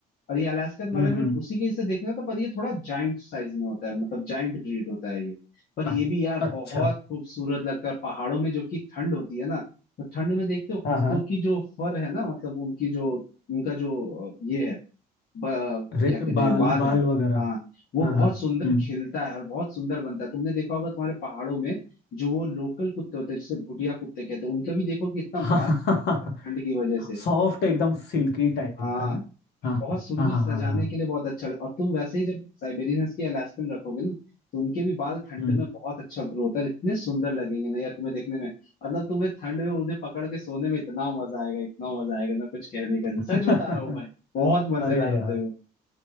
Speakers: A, on the left; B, on the left.
A: और ये अलास्कन मालाम्यूट
B: हम्म हम्म,
A: उसी के से देखने होता है पर ये थोड़ा जाइंट साइज में होता है मतलब जाइंट ब्रीड होता है ये पर
B: अ-
A: ये भी यार
B: अच्छा
A: बहुत खूबसूरत लगता है और पहाड़ों में जो कि ठंड होती है ना तो ठंड में देखते हो
B: हाँ
A: कुत्तों
B: हाँ
A: की जो फर है ना मतलब उनकी जो उनका जो अ, ये है ब,
B: रे,
A: क्या कहते
B: बाल
A: हैं बाल
B: बाल
A: है
B: वगैरह
A: हाँ वो
B: हाँ
A: बहुत
B: हाँ
A: सुंदर
B: हम्म
A: खिलता है और बहुत सुंदर बनता है तुमने देखा होगा तुम्हारे पहाड़ों में जो वो लोकल कुत्ते होते हैं जिसे भुटिया कुत्ते कहते हैं उनका भी देखो कि इतना
B: हाँ
A: बाल सुंदर होता है ठंड की वजह
B: <laughs>
A: से
B: सॉफ्ट एकदम सिल्की टाइप
A: हाँ
B: का ना हाँ
A: बहुत सुंदर
B: हाँ हाँ
A: सजाने
B: हाँ हाँ
A: के लिए बहुत अच्छा लग- और तुम वैसे ही जब साइबेरियन हस्की अलास्कन रखोगे ना तो उनके भी बाल ठंड
B: हम्म
A: में बहुत अच्छा ग्रो होता है और इतने सुंदर लगेंगे ना यार तुम्हें देखने में मतलब तुम्हें ठंड में उन्हें पकड़ के सोने में इतना मजा आएगा इतना मजा आएगा ना कुछ कहने का
B: <laughs>
A: नहीं सच बता रहा हूँ भाई बहुत मजेदार
B: अरे
A: होते
B: यार
A: हो